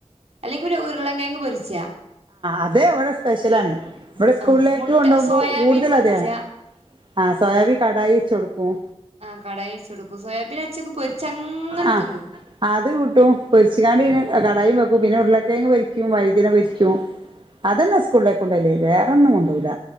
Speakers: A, on the right; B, on the right.
A: അല്ലെങ്കിൽ പിന്നെ ഉരുളങ്കങ് പൊരിച്ചാ
B: അതെ ഇവിടെ സ്പെഷ്യലാണ് ഇവിടെ സ്കൂളിലേക്ക്
A: ആഹ് മുട്ട
B: കൊണ്ടുപോകുമ്പോൾ
A: സോയാബീന്
B: കൂടുതൽ
A: പൊരിച്ചാ
B: അതാണ് ആ സോയാബിൻ കടായിച്ചു കൊടുക്കും
A: ആ കടായിച്ചു കൊടുക്കും സോയാബീനാച്ച പൊരിച്ചങ്ങനെ
B: ആ
A: തിന്നും
B: അത് കൂട്ടും പൊരിച്ചുകാണ്ട് പിന്നെ കടായും വെക്കും പിന്നെ ഉരുളൊക്കെഴങ്ങ് പൊരിക്കും ക്കും വഴുതന വെക്കും അതന്നെ സ്കൂളിലേക്ക് കൊണ്ടു പോകല് വേറൊന്നും കൊണ്ടു പോകില്ല